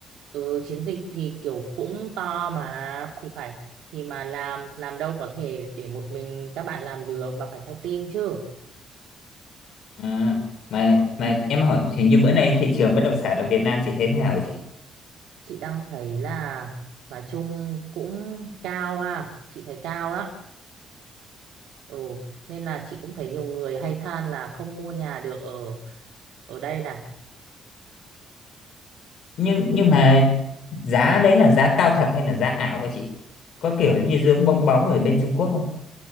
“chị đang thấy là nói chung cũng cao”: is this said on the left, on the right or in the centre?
Right